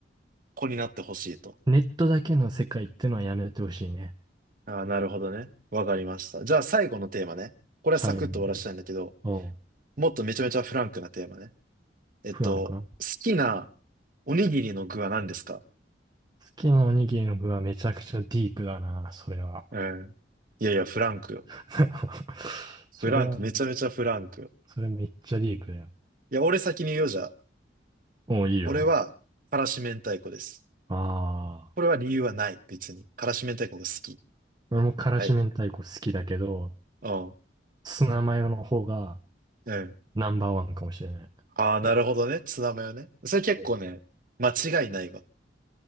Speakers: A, on the right; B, on the right.
A: 子になってほしいと。
B: ネットだけの世界ってのはやめてほしいね。
A: ああ、なるほどね。わかりました。じゃあ最後のテーマね。これはサクッと終わらせたいんだけど、
B: 最後に。おう、
A: もっとめちゃめちゃフランクなテーマね。えっと、
B: フランクな。好
A: 好きなおにぎりの具は何ですか
B: きなおにぎりの具はめちゃくちゃディープだな、それは。
A: うん。いやいや、フランクよ。
B: <laughs> それは、
A: フランク、めちゃめちゃフランクよ。
B: それめっちゃディープだよ。
A: いや、俺先に言おうじゃん。
B: おう、いいよ。
A: 俺は、からし明太子です。
B: ああ。
A: これは理由はない、別に。からし明太子が好き。
B: 俺も辛子明太子好きだけど、
A: はい。うん。
B: ツナマヨの方が
A: うん。
B: ナンバーワンかもしれない。
A: ああ、なるほどね。
B: いや、
A: ツナマヨね。それ結構ね、
B: そう
A: 間違いないわ。